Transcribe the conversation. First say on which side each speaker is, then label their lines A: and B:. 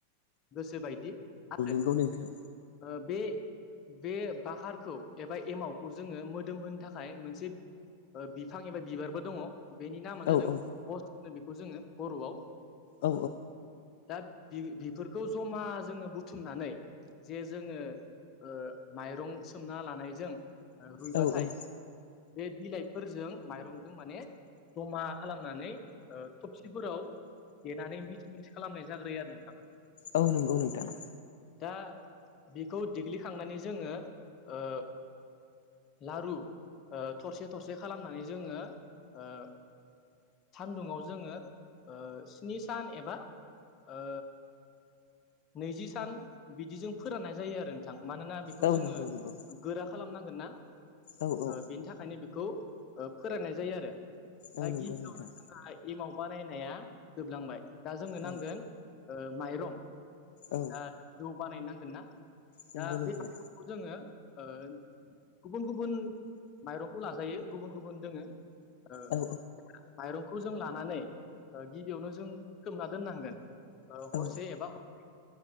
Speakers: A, on the left; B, on the left.
A: गोसो बायदि आरो
B: नोगौ नोंथां।
A: ओ बे बे बाहारखौ एबा एमावखौ जोङो मोदोम होनो थाखाय मोनसे बिफां एबा बिबारबो दङ। बेनि नामानो
B: औ
A: जादों
B: औ
A: गस्थ होनो बेखौ जोङो बर'आव ओ
B: औ
A: दा बे बेफोरखौ जमा जोङो बुथुमनानै जे जोङो ओ माइरं सोमना लानायजों रुइबाथाय
B: औ औ
A: बे बिलाइफोरजों माइरंजों माने जमा खालामनानै ओ थबसिफोराव देनानै मिस मिस खालामनाय जाग्रोयो आरो नोंथां।
B: औ नंगौ नोंथां।
A: दा बिखौ देग्लिखांनानै जोङो ओ लारु ओ थरसे थरसे खालामनानै जोङो ओ सान्दुङाव जोङो ओ स्नि सान एबा ओ नैजि सान बिदि जों फोराननाय जायो आरो नोंथां मानोना बेखौ
B: औ
A: जोङो
B: नंगौ नंगौ
A: गोरा खालामनांगोन ना।
B: औ औ
A: ओ बेनि थाखायनो बेखौ ओ फोराननाय जायो आरो बा
B: औ नंगौ
A: गिबियावनो
B: नोंथां
A: जोंहा एमाव बानायनाया जोबलांबाय दा जोंनो नांगोन
B: औ
A: ओ माइरं
B: औ
A: दा जौ बानायनांगोन ना
B: नंगौ
A: दा
B: नोंथां
A: बे खौ जोङो ओ गुबुन गुबुन माइरंखौ लाजायो गुबुन गुबुन दोङो ओ
B: औ
A: माइरंखौ जों लानानै गिबियावनो जों खोमना दोननांगोन। हरसे
B: औ
A: एबा हर नै